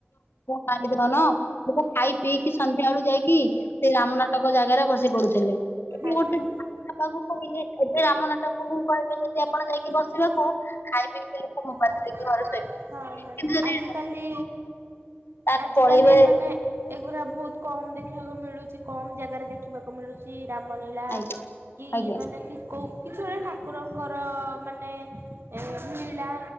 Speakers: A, on the left (about 70°); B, on the right (about 75°).
A: ପାଣି ଦେହନ ତାକୁ ଖାଇ ପିଇକି ସନ୍ଧ୍ୟା ସକାଳୁ ଯାଇକି ସେ ରାମନାଥକ ଜାଗାରେ ବସି ପଡୁଛି ଏବେ
B: ଆଜ୍ଞା
A: ଗୋଟେ
B: ମ୍ୟାଡ଼ାମ।
A: ବାପ କହିଲେ ଏବେ ରାମ ନାଟାକୁ କହିବେ ଯଦି ଆପଣ ଯାଇକି ବସିବାକୁ ଖାଇ ପିଇକି ଲୋକ ମୋବାଇଲ
B: ହଁ
A: ଧରିକି
B: ମ୍ୟାଡ଼ାମ
A: ଘରେ ଶୋଇପଡିବେ କିନ୍ତୁ ଯଦି
B: ଆଜିକାଲି
A: ତାହେଲେ
B: ଆଜିକାଲି
A: ପଳେଇବେ
B: ମାନେ ଏଗୁଡା କମ ଦେଖିବାକୁ ମିଳୁଛି କମ ଜାଗାରେ ଦେଖିବାକୁ ମିଳୁଛି ରାମଲୀଳା
A: ଆଜ୍ଞା
B: କି
A: ଆଜ୍ଞା।
B: ମାନେ କି କୋଉଁ କିଛି ଗୋଟେ ଠାକୁରଙ୍କର ମାନେ ଏ ନିଳା